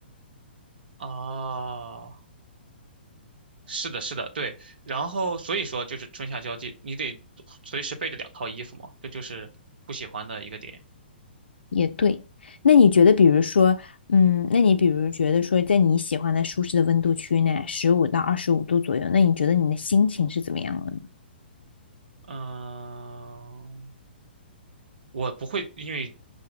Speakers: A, on the right (about 60°); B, on the left (about 70°).
A: 哦，是的，是的，对。然后所以说就是春夏交际，你得随时备着两套衣服嘛，这就是不喜欢的一个点。
B: 也对，那你觉得，比如说，嗯，那你比如觉得说，在你喜欢的舒适的温度区内，十五到二十五度左右，那你觉得你的心情是怎么样的呢？
A: 嗯。我不会因为